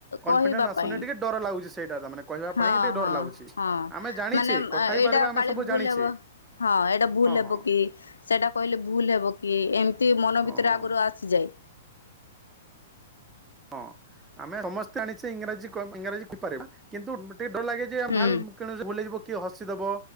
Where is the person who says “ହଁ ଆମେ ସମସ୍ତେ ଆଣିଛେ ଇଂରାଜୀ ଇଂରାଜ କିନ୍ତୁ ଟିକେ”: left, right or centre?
Right